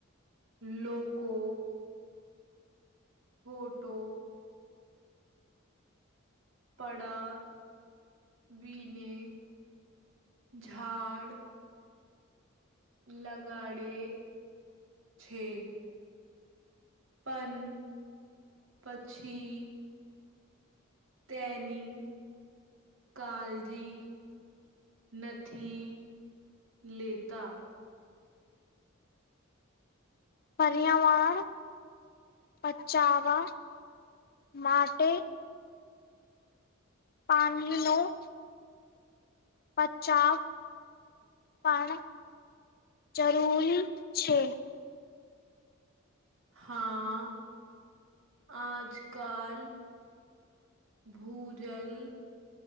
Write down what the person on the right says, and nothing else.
લોકો ફોટો પડા વિને ઝાડ લગાડે છે. પણ પછી તેની કાલજી નથી લેતા.
હા આજ કાલ ભૂજલ